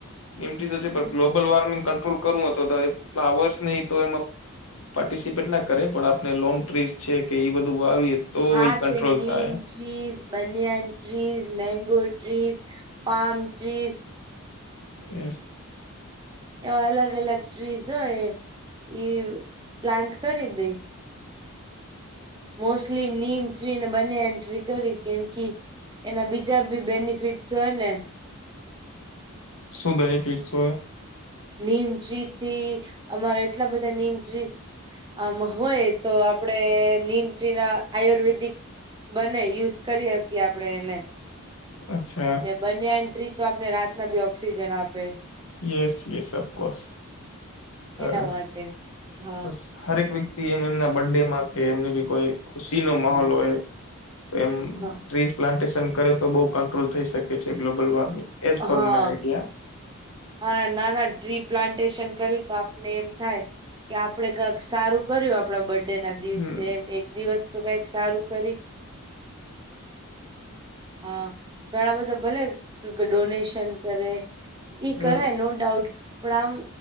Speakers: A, on the left; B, on the right.
A: મટી તો છે પણ ગ્લોબલ વોર્મિંગ કંટ્રોલ કરવું હતો તો ફ્લાવર્સ નહીં તો એમાં પાર્ટિસિપેટ ના કરે પણ આપણે લોંગ ટ્રીસ છે કે એ બધું વાવીએ તો
B: હા
A: એ કંટ્રોલ
B: તે નીમ
A: થાય.
B: Trees banyan trees, mango trees, palm trees
A: એસ.
B: એવા અલગ અલગ ટ્રીઝ હોએ ઈ પ્લાન્ટ કરી દેઇ. Mostly neem tree banyan tree કરી કેમ કે એના બીજા બી બેનિફિટસ હોય ને
A: શું બેનિફિટ્સ હોય.
B: નીમ ટ્રી થી અમારા એટલા બધા નીમ ટ્રી આમ હોય તો આપડે નીમ ટ્રી ના આયુર્વેદિક બને યુઝ કરી હકીએ આપણે એને
A: અચ્છા.
B: બનયાન ટ્રી તો આપને રાતના બી ઓક્સિજન આપે.
A: યસ યસ સબ કોર્સ. સરસ
B: એના માટે હા
A: બસ હરેક વ્યક્તિ એમ એમના બર્થડેમાં કે એમની બી કોઈ ખુશી નો માહોલ હોય તો એમ
B: હા
A: ટ્રી પ્લાન્ટેશન કરે તો બહુ કંટ્રોલ થઈ શકે છે ગ્લોબલ વોર્મિંગ એઝ પર
B: હા
A: માય આઈડિયા
B: હા નાના ટ્રી પ્લાન્ટેશન કર્યું તો આપને એમ થાય કે આપડે કંઈક સારું કર્યું આપણા બર્થ ડે ના દિવસેમ
A: હમ
B: એક દિવસ તો કઈક સારું કરી હા ઘણા બધા ભલે ડોનેશન કરે ઈ
A: હમ
B: કરાય નો ડાઉટ પણ આમ